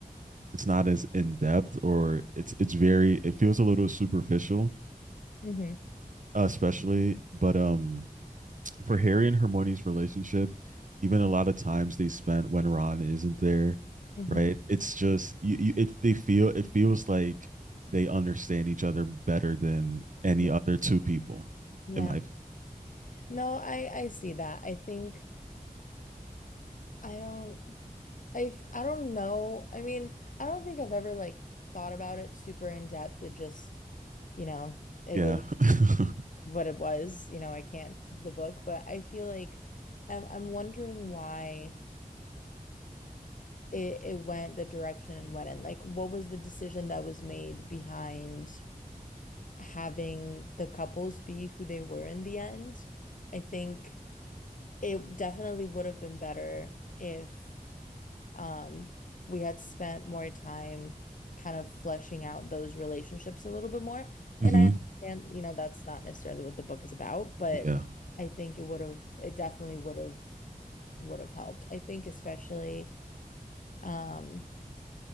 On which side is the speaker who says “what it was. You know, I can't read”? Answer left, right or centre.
Left